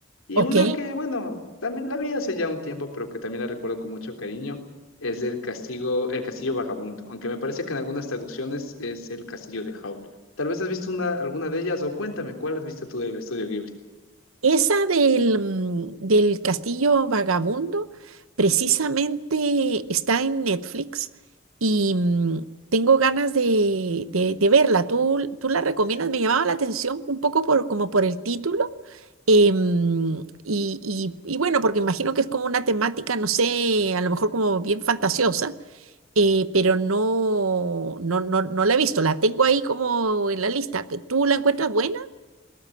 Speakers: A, on the left; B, on the right.
A: Y
B: ok.
A: una que, bueno, también la vi hace ya un tiempo, pero que también la recuerdo con mucho cariño, es El castigo, El castillo vagabundo, aunque me parece que en algunas traducciones es El castillo de Howl. Tal vez has visto una, alguna de ellas o cuéntame, ¿cuál has visto tú del estudio Ghibli?
B: Esa del, mm, del Castillo Vagabundo precisamente está en Netflix y mm, tengo ganas de, de- de verla. ¿Tú, tú la recomiendas? Me llamaba la atención un poco por, como por el título. em, y, y- y bueno, porque imagino que es como una temática, no sé, a lo mejor como bien fantasiosa, eh, pero no, no, no, no la he visto. La tengo ahí como en la lista. ¿Tú la encuentras buena?